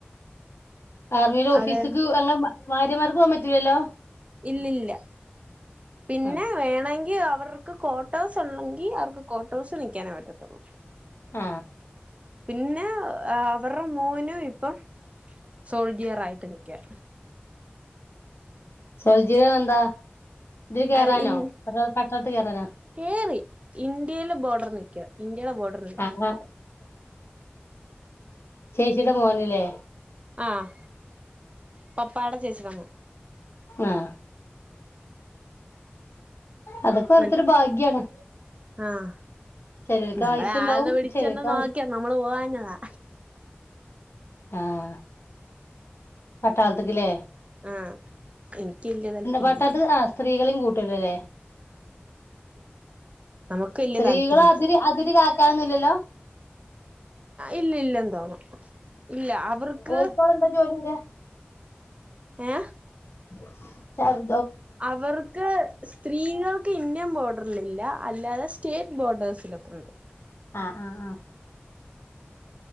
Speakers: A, on the left; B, on the right.
A: ആർമിയുടെ ഓഫീസിക്ക്
B: അതെ
A: അങ്ങെ ഭാര്യമാർക്ക് പോകാൻ പറ്റില്ലല്ലോ
B: ഇല്ലില്ല പിന്നെ
A: ആഹ്
B: വേണെങ്കിൽ അവർ ക്ക് കോട്ടോസ് ഉണ്ടെങ്കിൽ അവർക്ക് കോട്ടോസ് നിൽക്കാനേ പറ്റത്തുള്ളു
A: ഉം
B: പിന്നെ അവരുടെ മോനും ഇപ്പം സോൾജിയറായിട്ട് നിൽക്കുവ
A: സോൾജൃ എന്താ ഇതിൽ കേറാനോ
B: അത്
A: അതോ പട്ടാളത്തിൽകേറാനോ
B: കേറി ഇന്ത്യയിലെ ബോർഡർ നിൽക്കുവ ഇന്ത്യയുടെ ബോർഡറി നിൽക്കുവാ
A: ആഹ് ആഹ് ചേച്ചിടെ മോനില്ലേ
B: ആഹ് പപ്പാടെ ചേച്ചിടെ മോൻ
A: ആഹ അതൊക്കെ ഒരൊത്തൊരു
B: മ
A: ഭാഗ്യാണ്
B: ആഹ്
A: ചിലർക്ക്
B: നമ്മളെ
A: ആയുസ് ഉണ്ടാവും
B: ആന്ന പിടിച്ച
A: ചിലർക്ക്
B: തന്നെ നോക്കിയ
A: ആയുസ്
B: നമ്മള് പോവാഞ്ഞതാ
A: ആഹ പട്ടാളത്തിക്കില്ലേ
B: ആഹ എനിക്ക് വല്യ താല്പര്യം
A: പട്ടാളത്ത്
B: ഇല്ല
A: ആ സ്ത്രീകളെയും കൂട്ടൂലല്ലേ
B: നമുക്ക് വല്യ
A: സ്ത്രീകളും
B: താല്പര്യല്ല
A: അതിരി അതിരി കാക്കനൊന്നില്ലല്ലോ
B: ഇല്ല ഇല്ല തോന്നും ഇല്ല അവർക്ക്
A: ഓർക്കവിടെ എന്താ ജോലി വരിക
B: ഏ
A: <unintelligible> അവർ
B: അവർക്ക് സ്ത്രീകൾക്ക് ഇന്ത്യൻ ബോർഡറലില്ല അല്ലാതെ സ്റ്റേറ്റ് ബോർഡേഴ്സിലൊക്കൊണ്ട്
A: ആ ആഹ ആഹ